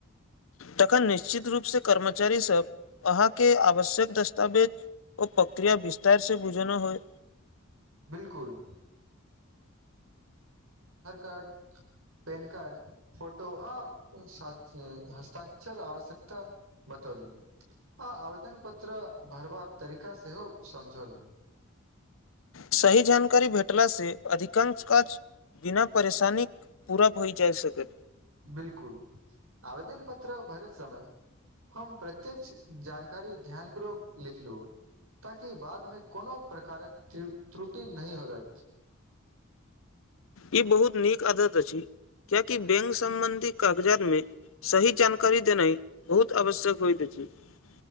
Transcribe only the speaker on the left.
तखन निश्चित रूप से कर्मचारी सब अहाँके आवश्यक दस्तावेज ओ प्रक्रिया विस्तार से बुझाना होय
सही जानकारी भेटला से अधिकांश काज बिना परेशानी पूरा होय जाय सकत
ई बहुत नीक आदत अछि कियाकि बेंक सम्बंधी कागजात में सही जानकारी देनाइ बहुत आवश्यक होय छै <unintelligible>